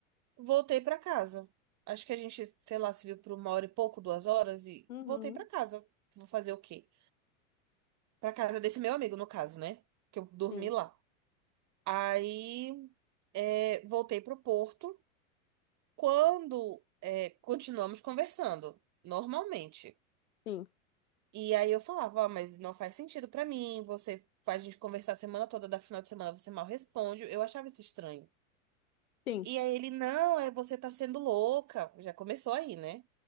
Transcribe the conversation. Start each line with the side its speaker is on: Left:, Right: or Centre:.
Right: Voltei pra casa. Acho que a gente, sei lá, se viu por uma hora e pouco, duas horas e
Left: Uhum.
Right: voltei pra casa. Vou fazer o quê? Pra casa desse meu amigo, no caso, né? Que eu dormi
Left: Sim,
Right: lá. Aí, é, voltei pro Porto. Quando, é, continuamos conversando, normalmente.
Left: sim,
Right: E aí eu falava, ó, mas não faz sentido pra mim, você a gente conversar a semana toda, da final de semana você mal responde. Eu achava isso estranho.
Left: sim.
Right: E aí ele, não, é você tá sendo louca. Já começou aí, né?